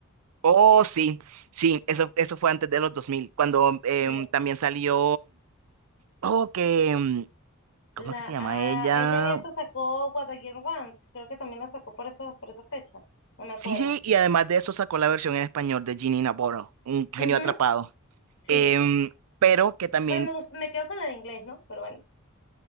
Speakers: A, on the right (about 80°); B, on the left (about 60°).
A: Oh, sí, sí, eso, eso fue antes de los 2000 cuando em,
B: Sí.
A: también salió, oh, que, em, ¿cómo
B: La,
A: es que se llama
B: ah,
A: ella?
B: ella en esa sacó What a Girl Wants. Creo que también la sacó por eso, por esa fecha. No me acuerdo.
A: Sí, sí, y además de eso sacó la versión en español de Ginny in a Bottle, un genio
B: Ujú.
A: atrapado.
B: Sí,
A: Em, pero que también
B: Pero me gustó, me quedo con la de inglés, ¿no? Pero bueno.